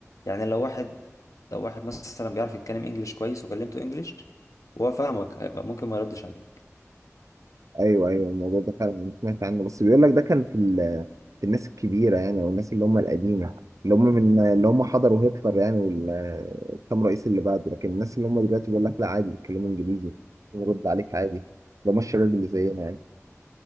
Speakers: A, on the left; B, on the right.
A: يعني لو واحد لو واحد مثلا بيعرف يتكلم انجليش كويس وكلمته انجليش وهو فاهمك هيبقى ممكن ما يردش عليك
B: ايوه ايوه الموضوع ده فعلا أنا سمعت عنه بس بيقول لك ده كان في ال- في الناس الكبيره يعني او الناس اللي هم القديمه اللي هم من اللي هم حضروا هتلر يعني والكام رئيس اللي بعده لكن الناس اللي هم دلوقتي بيقول لك لا عادي بيتكلموا انجليزي ونرد عليك عادي اللي هم الشباب اللي زينا يعني